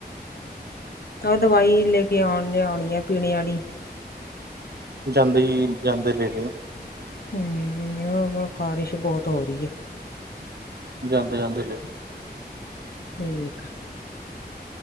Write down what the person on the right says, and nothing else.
ਜਾਂਦੇ ਈ ਜਾਂਦੇ ਲੇ ਲੀਓ।
ਜਾਂਦੇ-ਜਾਂਦੇ।